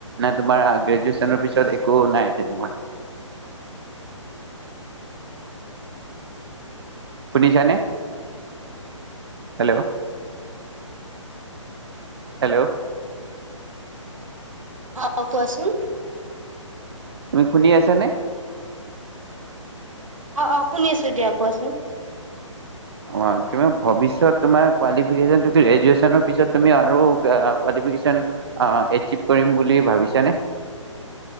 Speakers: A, on the right; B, on the right.
A: নে তোমাৰ গ্ৰেজেচুৱেনৰ পিছত একো নাই তেনেকুৱা শুনিছানে হেল্ল' হেল্ল'
B: অ কোৱাচোন
A: তুমি শুনি আছা নে
B: অ অ শুনি আছো দিয়া কোৱাচোন
A: অ তোমাৰ ভৱিষ্যত তোমাৰ কোৱালিফেকেচন তুমি গ্ৰেজেচুৱেনৰ পিছত তুমি আৰু কোৱালিফেকেচন অ এচিপ কৰিম বুলি ভাবিছা নে।